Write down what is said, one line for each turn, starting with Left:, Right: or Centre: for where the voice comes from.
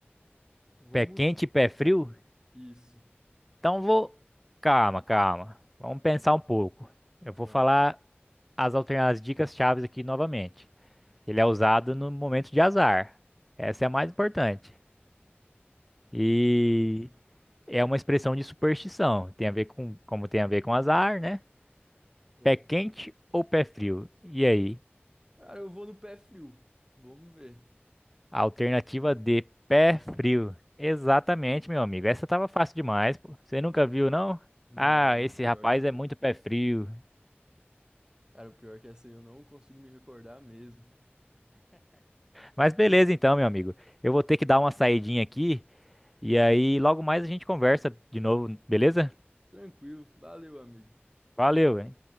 Right: Vamos.
Centre: Pé quente e pé frio?
Right: Isso.
Centre: Então vou. Calma, calma. Vamos pensar um pouco.
Right: Vamos.
Centre: Eu vou falar as, alterna- as dicas chaves aqui novamente. Ele é usado no momento de azar. Essa é a mais importante. E
Right: Uhum.
Centre: é uma expressão de superstição. Tem a ver com, como tem a ver com azar, né?
Right: É.
Centre: Pé quente ou pé frio? E aí?
Right: Cara, eu vou no pé frio. Vamos ver.
Centre: Alternativa D, pé frio. Exatamente, meu amigo. Essa tava fácil demais, pô. Você nunca viu, não?
Right: Não,
Centre: Ah, esse
Right: pior
Centre: rapaz
Right: que não.
Centre: é muito pé frio.
Right: Cara, o pior é que essa aí eu não consigo me recordar mesmo.
Centre: Mas beleza então, meu amigo. Eu vou ter que dar uma saidinha aqui e aí logo mais a gente conversa de novo, beleza?
Right: Tranquilo. Valeu, amigo.
Centre: Valeu, hein?